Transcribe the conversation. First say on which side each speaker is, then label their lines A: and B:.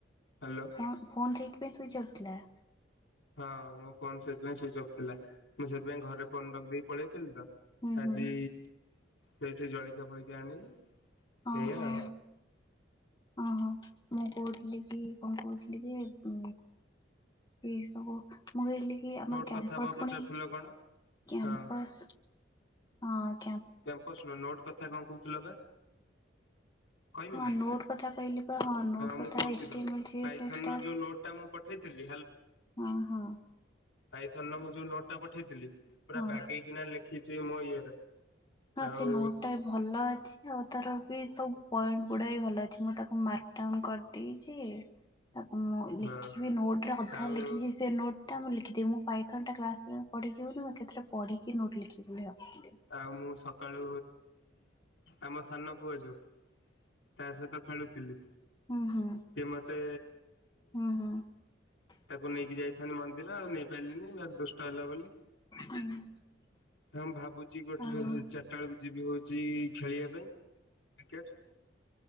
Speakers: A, on the left; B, on the left.
A: ହାଲୋ।
B: ଫ ଫୋନ୍ ଠିକ ସୁଇଜ୍ ଅଫ୍ ଥିଲେ-
A: ହଁ ମୋ ଫୋନ ସେଥିପାଇଁ ସୁଇଚ ଅଫ୍ ଥିଲା, ମୁଁ ସେଥିପାଇଁ ଘରେ ଫୋନ ରଖି ଦେଇକି ପଳେଇଥିଲି ତ-
B: ହୁଁ
A: ଆଜି
B: ହୁଁ
A: ସେଇଠି ଜଳିକଆ ଫଳିକଆ ଆଣିଲି ସେଇଆ
B: ଓହୋ ଓହୋ ମୁଁ କହୁଥିଲି କି କଣ କହୁଥିଲି ଯେ ଉ ଏଇ ସବୁ ମୁଁ କହିଲି କି ଆମର
A: ନୋଟ୍
B: କ୍ୟାମ୍ପସ
A: କଥା ବା ପଚାରୁଥିଲ
B: ପୁଣି
A: କଣ?
B: କ୍ୟାମ୍ପସ୍
A: ହଁ
B: ହ
A: କ୍ୟାମ୍ପସ ର ନୋଟ୍ କଥା କଣ କହୁଥିଲ ବା କହିବି
B: ହଁ
A: ନା
B: ନୋଟ କଥା କହିଲି ପ ହଁ ନୋଟ କଥା
A: ମୁଁ କହୁଛି
B: ଏ
A: ର
B: ଟା
A: ପାଇଥନ ର ଯୋଉ ନୋଟ ଟା ମୁଁ ପଠେଇଥିଲି
B: ହଁ ହଁ
A: ଆାଇଥନ ମୁଁ ଯୋଉ ନୋଟ ଟା ପଠେଇଥିଲି ପୁରା
B: ହଁ
A: ବାଗେଇକିନା ଲେଖିଛି ମୋ ଇଏରେ
B: ହଁ
A: ଆଉ
B: ସେ ନୋଟ ଟା ଭଲ ଅଛି ଆଉ ତାର ସବୁ ପଏଣ୍ଟ ଗୁଡା ଭଲ ଅଛି ମୁଁ ତାକୁ ମାର୍କଡାଉନ କରିଦେଇଛି। ତାକୁ ମୁଁ
A: ହଁ
B: ଲେଖିବି ନୋଟ ରେ କଧାରେ
A: ଆଉ
B: ଲେଖିକି ସେ ନୋଟ ମୁଁ ଲେଖିଦି ମୁଁ ପାଇଥଟା୍ ପିବ ବୋଲିଁ କେତ ପଢିକି ନୋଟ୍ ଲେଖି ଭଳି ଆଉ
A: ଆଉ ମୁଁ ସକାଳୁ ଆମ ସାନ ପୁଅ ଯୋଉ ତା ସହିତ ଖେଳୁଥିଲି
B: ହୁଁ ହୁଁ
A: ସେ ମତେ
B: ହୁଁ ହୁଁ
A: ତାକୁ ନେଇକି ଯାଇଥାନ୍ତି। ଦେଲା ଆଉ ନେଇପାରିଲିନି ଭାରି ଦୁଷ୍ଟ ହେଲା ବୋଲି
B: ହୁଁ
A: ହଁ ମୁଁ ଭାବୁଛି ଗୋଟେ
B: ଓହୋ।
A: ଚାରିଟା ବେଳକୁ ଯିବି ହଉଛି ଖେଳିବା ପାଇଁ କ୍ରିକେଟ